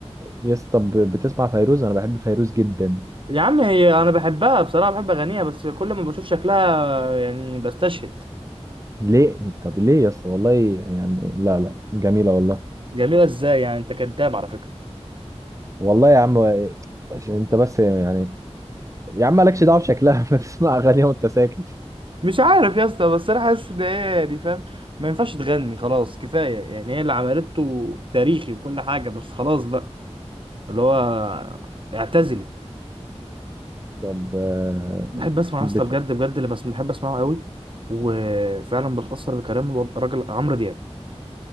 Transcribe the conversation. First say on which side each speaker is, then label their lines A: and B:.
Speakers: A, on the right; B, on the right.
A: يا اسطى ب- بتسمع فيروز انا بحب فيروز جدا
B: يا عم هي أنا بحبها بصراحة بحب أغانيها بس كل ما بشوف شكلها يعني بستشهد
A: ليه طب ليه يا اسطى والله يعني لا لا جميله والله
B: جميلة إزاي يعني أنت كداب على فكرة
A: والله يا عم عشان انت بس يعني يا عم مالكش دعوه بشكلها <laughs> ما تسمع اغانيها وانت ساكت
B: مش عارف يا اسطى بس أنا حاسس إن هي يعني فاهم ما ينفعش تغني خلاص كفاية يعني هي اللي عملته تاريخي وكل حاجة بس خلاص بقى اللي هو اعتزلي
A: طب آه،
B: بحب اسمع يا
A: بت...
B: اسطى بجد بجد اللي بس بحب اسمعه قوي وفعلا بتأثر بكلام الو- الراجل عمرو دياب